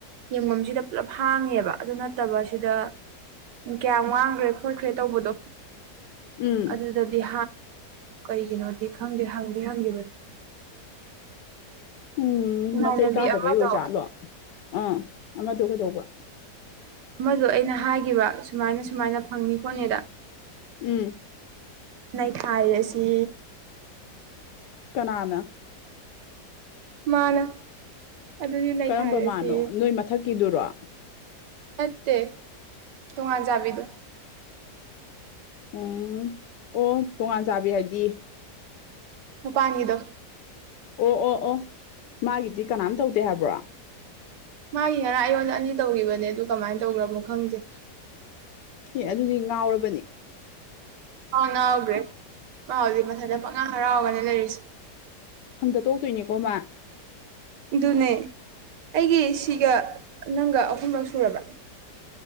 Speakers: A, on the right (about 80°); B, on the left (about 80°).
A: ꯌꯦꯡꯐꯝꯁꯤꯗ ꯄꯨꯂꯞ ꯍꯥꯡꯉꯦꯕ ꯑꯗꯨ ꯅꯠꯇꯕ ꯁꯤꯗ ꯀꯌꯥꯝ ꯋꯥꯥꯡꯈ꯭ꯔꯦ ꯈꯣꯠꯈ꯭ꯔꯦ ꯇꯧꯕꯗꯣ
B: ꯎꯝ
A: ꯑꯗꯨꯗꯗꯤꯍꯥ ꯀꯩꯒꯤꯅꯣꯗꯤ ꯈꯪꯗꯦ ꯍꯪꯗꯦ ꯍꯪꯈꯤꯕꯅꯦ
B: ꯎꯝ
A: ꯏꯃꯥꯟꯅꯕꯤ
B: ꯃꯆꯩ ꯀꯥꯗꯕꯩ
A: ꯑꯃꯗꯣ
B: ꯑꯣꯏꯖꯥꯠꯂꯣ ꯑꯥ ꯑꯃꯗꯣ ꯀꯩꯗꯧꯕ
A: ꯑꯃꯗꯣ ꯑꯩꯅ ꯍꯥꯏꯈꯤꯕ ꯁꯨꯃꯥꯏꯅ ꯁꯨꯃꯥꯏꯅ ꯐꯪꯅꯤ ꯈꯣꯠꯅꯤꯗ
B: ꯎꯝ
A: ꯅꯥꯩꯈꯥꯏ ꯑꯁꯤ
B: ꯀꯅꯥꯅ
A: ꯃꯥꯅ ꯑꯗꯨꯗꯤ ꯅꯩꯈꯥꯏꯔꯁꯤ
B: ꯀꯔꯝꯕ ꯃꯥꯅꯣ ꯅꯣꯏ ꯃꯊꯛꯀꯤꯗꯨꯔꯣ
A: ꯅꯠꯇꯦ ꯇꯣꯉꯥꯟꯖꯥꯕꯤꯗꯣ
B: ꯎꯝ ꯑꯣ ꯇꯣꯉꯥꯟ ꯆꯥꯕꯤ ꯍꯥꯏꯗꯤ
A: ꯎꯄꯥꯥꯉꯤꯗꯣ
B: ꯑꯣ ꯑꯣ ꯑꯣ ꯃꯥꯒꯤꯗꯤ ꯀꯅꯥꯝ ꯇꯧꯗꯦ ꯍꯥꯏꯕ꯭ꯔꯣ
A: ꯃꯥꯒꯤ ꯉꯔ ꯑꯩꯌꯣꯟ ꯑꯅꯤ ꯇꯧꯈꯤꯕꯅꯦ ꯑꯗꯨ ꯀꯃꯥꯏꯅ ꯇꯧꯈ꯭ꯔꯕꯣ ꯈꯪꯗꯦ
B: ꯑꯦ ꯑꯗꯨꯗꯤ ꯉꯥꯎꯔꯕꯅꯤ
A: ꯑꯥꯎ ꯅꯥꯎꯈ꯭ꯔꯦ ꯃꯥ ꯍꯧꯖꯤꯛ ꯃꯊꯟꯗ ꯄꯪꯉꯥ ꯍꯔꯥꯎꯒꯅꯦ ꯂꯩꯔꯤꯁꯦ
B: ꯐꯪꯗ ꯇꯣꯛꯇꯣꯏꯅꯦꯀꯣ ꯃꯥ
A: ꯑꯗꯨꯅꯦ ꯑꯩꯒꯤ ꯁꯤꯒ ꯅꯪꯒ ꯑꯍꯨꯝꯂꯛ ꯁꯨꯔꯕ